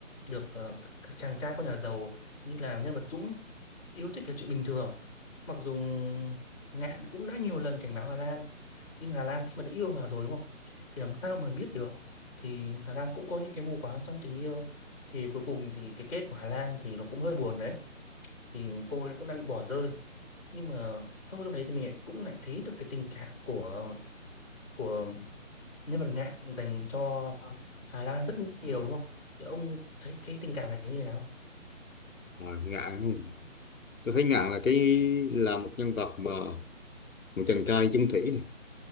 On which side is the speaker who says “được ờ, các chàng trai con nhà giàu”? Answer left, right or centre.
Left